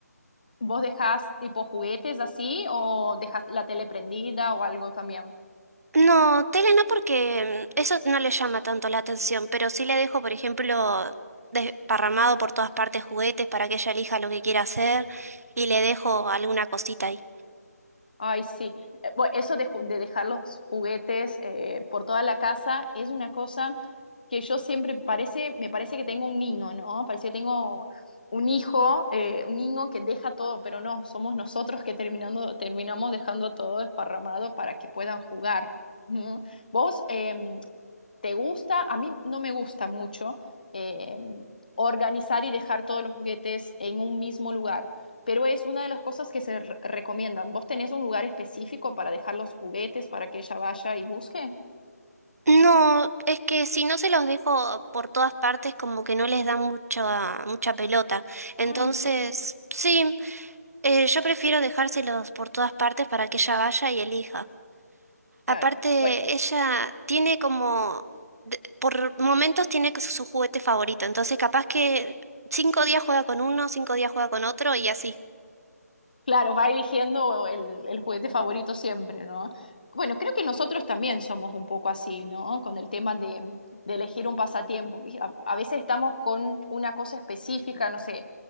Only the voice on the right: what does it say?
No, tele no porque mm, eso no le llama tanto la atención, pero sí le dejo, por ejemplo, desparramado por todas partes juguetes para que ella elija lo que quiera hacer y le dejo alguna cosita ahí.
No, es que si no se los dejo por todas partes como que no les da mucha mucha pelota. Entonces,
sí, eh, yo prefiero dejárselos por todas partes para que ella vaya y elija. Aparte,
ella tiene como, de- por momentos tiene que su, su juguete favorito, entonces capaz que cinco días juega con uno, cinco días juega con otro y así.